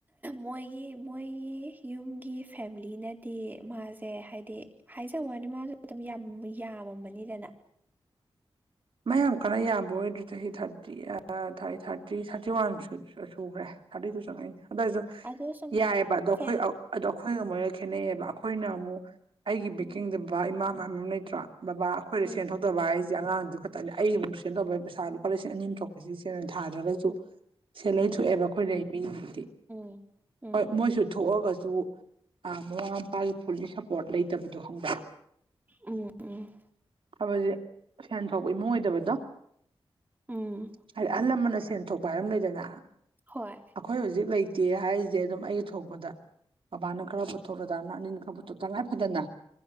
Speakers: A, on the right; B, on the right.
A: ꯃꯣꯏꯒꯤ ꯃꯣꯏꯒꯤ ꯌꯨꯝꯒꯤ ꯐꯦꯂꯤꯅꯗꯤ ꯃꯥꯁꯦ ꯍꯥꯏꯗꯤ ꯍꯥꯏꯖ ꯋꯥꯅꯤ ꯃꯥꯁꯨ ꯑꯗꯨꯝ ꯌꯥꯝꯃꯕꯅꯤꯗꯅ
B: ꯃꯌꯥꯝ ꯀꯟꯅ ꯌꯥꯕ ꯑꯣꯏꯗ꯭ꯔꯤ ꯆꯍꯤ ꯊꯥꯔꯇꯤ ꯊ ꯊꯥꯔꯇꯤ ꯊꯥꯔꯇꯤ ꯋꯥꯟ ꯁꯨꯈ꯭ꯔꯦ꯫ ꯊꯥꯔꯇꯤ ꯇꯨ ꯆꯪꯉꯛꯅꯤ ꯑꯗꯨ ꯑꯣꯏꯏꯁꯨ
A: ꯑꯗꯣ ꯁꯨꯝ
B: ꯌꯥꯏꯑꯕ ꯑꯗꯣ ꯑꯩꯈꯣꯏ
A: ꯐꯦꯝ
B: ꯑꯗꯣ ꯑꯩꯈꯣꯏꯒ ꯃꯣꯏꯒ ꯈꯦꯠꯅꯩꯌꯦꯕ ꯑꯩꯈꯣꯏꯅ ꯑꯃꯨꯛ ꯑꯩꯒꯤ
A: ꯎꯝ
B: ꯕꯦꯛꯀꯤꯡꯗꯕ ꯏꯃꯥ ꯃꯌꯥꯝ ꯑꯃ ꯂꯩꯇ꯭ꯔꯥ ꯕꯕꯥ ꯑꯩꯈꯣꯏꯗ
A: ꯎꯝ
B: ꯁꯦꯟ ꯊꯣꯛꯇꯕ ꯑꯩꯁ ꯑꯉꯥꯡꯗꯨ ꯈ ꯑꯩꯒꯤ ꯑꯃꯨꯛ ꯇꯨꯁꯦꯟ ꯇꯧꯕ ꯄꯩꯁꯥ ꯂꯨꯄꯥ ꯂꯤꯁꯤꯡ ꯑꯅꯤ ꯑꯨ ꯊꯣꯛꯄꯁꯤ ꯁ ꯊꯥꯗ꯭ꯔꯒꯁꯨ ꯁꯦ ꯂꯣꯏꯊꯣꯛꯑꯦꯕ
A: ꯎꯝ
B: ꯑꯩꯈꯣꯏ ꯂꯩ ꯃꯤꯁꯤꯡꯗꯤ
A: ꯎꯝ ꯎꯝ
B: ꯍꯣꯏ ꯃꯣꯏꯁꯨ ꯊꯣꯛꯑꯒꯁꯨ꯫ ꯑ ꯃꯃꯥ ꯃꯄꯥꯒꯤ ꯐꯨꯜꯂꯤ ꯁꯄꯣꯔꯠ ꯂꯩꯇꯕꯗꯣ ꯈꯪꯕ
A: ꯎꯝ ꯎꯝ
B: ꯍꯥꯏꯕꯁ ꯁꯦꯟ ꯐꯥꯎꯕ ꯏꯃꯨꯡ ꯑꯣꯏꯗꯕꯗꯣ
A: ꯎꯝ
B: ꯍꯥꯏꯗꯤ ꯑꯍꯜ ꯂꯃꯟꯅ ꯁꯦꯟ ꯊꯣꯛꯄ ꯍꯥꯏꯕꯝ ꯂꯩꯗꯅ
A: ꯍꯣꯏ
B: ꯑꯩꯈꯣꯏ ꯍꯧꯖꯤꯛ ꯂꯩꯇꯦ ꯍꯥꯏꯔꯤꯁꯦ ꯑꯗꯨꯝ ꯑꯩ ꯊꯣꯛꯄꯗ ꯕꯥꯅ ꯈꯔ ꯄꯨꯊꯣꯛꯂꯗ ꯅ ꯑꯅꯤꯅ ꯈꯔ ꯄꯨꯊꯣꯛ ꯇꯉꯥꯏ ꯐꯗꯅ